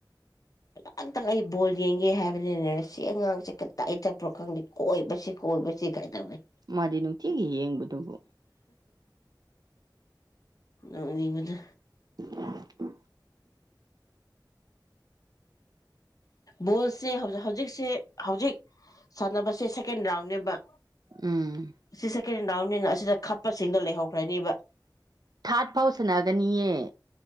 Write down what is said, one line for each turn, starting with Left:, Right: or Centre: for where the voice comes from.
Left: ꯉꯥꯡ ꯇꯛ ꯑꯩ ꯕꯣꯜ ꯌꯦꯡꯒꯦ ꯍꯥꯏꯕꯅꯤꯅꯦ ꯁꯤ ꯑꯉꯥꯡꯁꯦ ꯇꯛꯏ ꯇꯛꯄ꯭ꯔꯥ ꯈꯪꯗꯦ ꯀꯣꯏꯕꯁꯤ ꯀꯕꯨ ꯁꯤꯈꯥꯏꯗꯃꯤꯦ
Right: ꯃꯥꯗꯤ ꯅꯨꯡꯇꯤꯒꯤ ꯌꯦꯡꯕꯗꯨꯕꯨ
Left: ꯑꯅꯤ ꯀꯗ
Right: <unintelligible>
Left: ꯕꯣꯜꯁꯦ ꯍꯧꯖꯤꯛꯁꯦ ꯍꯧꯖꯤꯛ ꯁꯥꯟꯅꯕꯁꯦ ꯁꯦꯀꯦꯟ ꯔꯥꯎꯟꯅꯦꯕ
Right: ꯎꯝ
Left: ꯁꯤꯁ ꯀꯔꯤꯅꯥꯎꯅꯤꯅ ꯑꯁꯤꯗ ꯈꯞꯄꯁꯤꯡꯗꯣ ꯂꯩꯍꯧꯈ꯭ꯔꯅꯦꯕ
Right: ꯊꯥꯔꯠ ꯐꯥꯎ ꯁꯥꯟꯅꯒꯅꯤꯑ